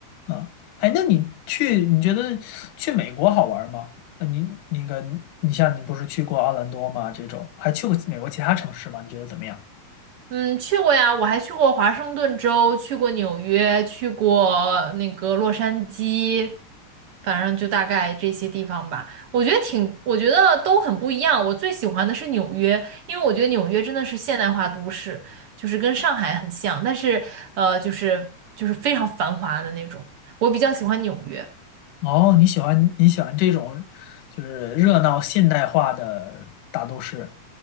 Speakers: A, on the left; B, on the right.
A: 啊。哎，那你去，你觉得去美国好玩吗？那你那个，你像你不是去过奥兰多吗？这种还去过美国其他城市吗？你觉得怎么样？
B: 嗯，去过呀，我还去过华盛顿州，去过纽约，去过那个洛杉矶，反正就大概这些地方吧。我觉得挺，我觉得都很不一样。我最喜欢的是纽约，因为我觉得纽约真的是现代化都市，就是跟上海很像，但是呃，就是就是非常繁华的那种。我比较喜欢纽约。
A: 哦，你喜欢你喜欢这种就是热闹现代化的大都市。